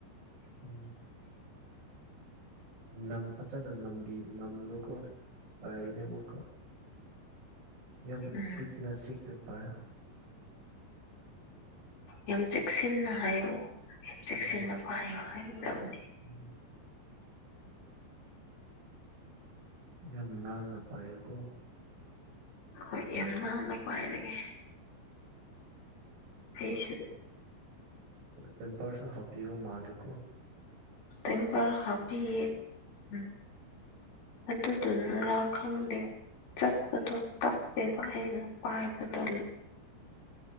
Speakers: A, on the right; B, on the left.
A: ꯎꯝ ꯅꯝ ꯐꯖꯅ ꯅꯝꯕꯤ ꯅꯝꯂꯨꯀꯣ ꯀꯥꯏꯒꯅꯤ ꯑꯃꯨꯛꯀ ꯌꯥꯝ
B: ꯎꯝ
A: ꯏꯛꯅ ꯆꯤꯛꯅ ꯄꯥꯏꯌꯣ
B: ꯌꯥꯝ ꯆꯦꯛꯁꯤꯟꯅ ꯍꯥꯏꯌꯣ ꯌꯥꯝ ꯆꯦꯛꯁꯤꯟꯅ
A: ꯎꯝ
B: ꯄꯥꯏꯌꯨ ꯍꯥꯏꯒꯗꯕꯅꯦ
A: ꯎꯝ ꯌꯥꯝ ꯅꯥꯟꯅ ꯄꯥꯏꯌꯣꯀꯣ
B: ꯍꯣꯏ ꯌꯥꯝ ꯅꯥꯟꯅ ꯄꯥꯏꯔꯒꯦ ꯑꯩꯁꯨ
A: ꯇꯦꯝꯄꯔꯁꯨ ꯍꯥꯞꯄꯤꯕꯥ ꯃꯥꯂꯤꯀꯣ
B: ꯇꯦꯝꯄꯔ ꯍꯥꯞꯄꯤ ꯎꯝ ꯑꯗꯨꯗꯨꯅꯔ ꯈꯪꯗꯦ ꯆꯠꯄꯗꯨ ꯇꯞꯄꯦ ꯑꯩꯅꯥ ꯄꯥꯏꯄꯥꯗꯜ